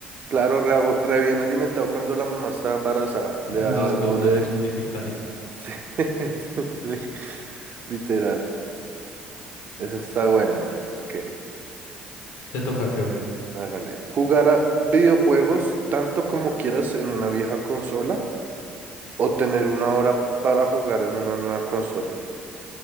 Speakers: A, on the right; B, on the left.
A: Claro, re, re bien alimentado cuando la mamá estaba embarazada,
B: <laughs>
A: le daba
B: Dos
A: el
B: cordones
A: doble de...
B: umbilicales.
A: <laughs> Sí, Literal. Esa está buena, man. ¿Para qué?
B: Te toca, creo.
A: Hágale. ¿Jugar a videojuegos tanto como quieras en una vieja consola o tener una hora para jugar en una nueva consola?